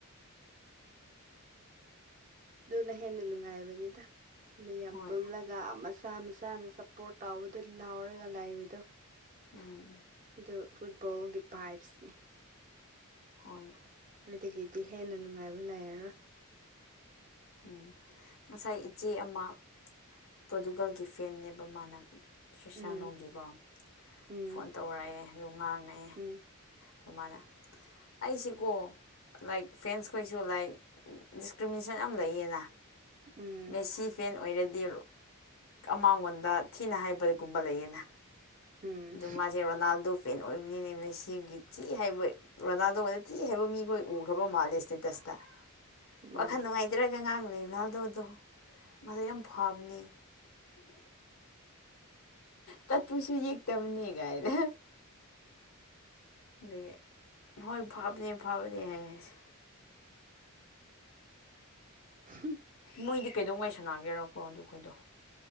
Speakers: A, on the right (about 40°); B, on the left (about 65°).
A: ꯗꯨꯅ ꯍꯦꯟꯅ ꯅꯨꯡꯉꯥꯏꯕꯅꯤꯗ ꯃꯤꯌꯥꯝ
B: ꯍꯣꯏ
A: ꯄꯨꯜꯂꯒ ꯃꯁꯥ ꯃꯁꯥꯅ ꯁꯞꯄꯣꯔꯠ ꯇꯥꯎꯕꯗꯣ ꯂꯥꯎꯔꯒ ꯂꯥꯏꯕꯗꯣ
B: ꯎꯝ
A: ꯑꯗꯨ ꯐꯨꯠꯕꯣꯜꯒꯤ ꯚꯥꯏꯖꯁꯅꯦ
B: ꯍꯣꯏ
A: ꯅꯣꯢꯗꯒꯤꯗꯤ ꯍꯦꯟꯅ ꯅꯨꯡꯉꯥꯏꯕ ꯂꯩꯔꯔꯣꯏ
B: ꯎꯝ ꯉꯁꯥꯏ ꯏꯆꯦ ꯑꯃ ꯄ꯭ꯔꯣꯇꯨꯒꯜꯒꯤ ꯐꯦꯟꯅꯦꯕ ꯃꯥꯅ ꯁꯤꯁꯥꯅꯣꯒꯤꯀꯣ
A: ꯎꯝ ꯎꯝ
B: ꯐꯣꯟ ꯇꯧꯔꯛꯑꯦ ꯑꯗꯨ ꯉꯥꯡꯅꯩꯌꯦ
A: ꯎꯝ
B: ꯃꯥꯅꯥ ꯑꯩꯁꯦꯀꯣ ꯂꯥꯏꯛ ꯐꯦꯟꯁꯈꯣꯏꯁꯨ ꯂꯥꯏꯛ ꯗꯤꯁꯀ꯭ꯔꯤꯃꯤꯅꯦꯁꯟ ꯌꯥꯝ ꯂꯩꯌꯦꯅ
A: ꯎꯝ
B: ꯃꯦꯁꯤ ꯐꯦꯟ ꯑꯣꯏꯔꯗꯤ ꯃꯥꯡꯉꯣꯟꯗ ꯊꯤꯅ ꯍꯥꯏꯕꯒꯨꯝꯕ ꯂꯩꯌꯦꯅꯥ
A: ꯎꯝ
B: ꯑꯗꯣ ꯃꯥꯁꯦ ꯔꯣꯅꯥꯜꯗꯣ ꯐꯦꯟ ꯑꯣꯏꯕꯅꯤꯅꯦ ꯃꯦꯁꯤꯒꯤ ꯊꯤ ꯍꯥꯏꯕ ꯔꯣꯅꯥꯜꯗꯣꯍꯣꯏꯗ ꯊꯤ ꯍꯥꯏꯕ ꯃꯤꯈꯣꯏ ꯎꯈ꯭ꯔꯥꯕ ꯃꯥꯜꯂꯦ ꯁꯇꯦꯇꯁꯇ
A: ꯎꯝ
B: ꯋꯥꯈꯟ ꯅꯨꯡꯉꯥꯏ ꯇꯔ꯭ꯒꯥ ꯉꯥꯡ ꯂꯩ ꯔꯣꯅꯥꯜꯗꯣꯗꯣ ꯃꯥꯗꯣ ꯌꯥꯝ ꯐꯥꯕꯅꯦ ꯇꯥꯠꯇꯨꯁꯨ ꯌꯦꯛꯇꯕꯅꯦ ꯒꯥꯏꯅ ꯑꯗꯒꯤ ꯍꯣꯏ ꯐꯥꯕꯅꯦ ꯐꯥꯕꯅꯦ ꯍꯥꯏꯌꯦ ꯑꯩꯁꯦ
A: <unintelligible>
B: ꯃꯣꯏꯗꯤ ꯀꯩꯗꯧꯉꯩ ꯁꯥꯟꯅꯒꯦꯔꯀꯣ ꯑꯗꯨꯈꯣꯏꯗꯣ